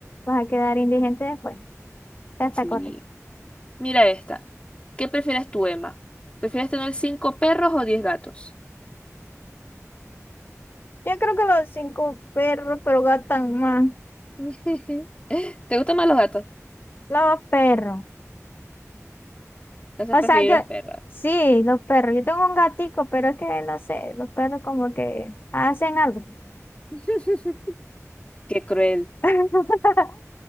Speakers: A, on the left; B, on the left.
A: vas a quedar indigente después. Ya está
B: Sí.
A: correcto.
B: Mira esta. ¿Qué prefieres tú, Emma? ¿Prefieres tener cinco perros o diez gatos?
A: Yo creo que los cinco perros, pero gastan más.
B: <laughs> ¿Te gustan más los gatos?
A: Los perros.
B: Entonces
A: O
B: preferir
A: sea, yo,
B: los perros.
A: sí, los perros. Yo tengo un gatico, pero es que no sé, los perros como que hacen algo.
B: <laughs> Qué cruel.
A: <laughs>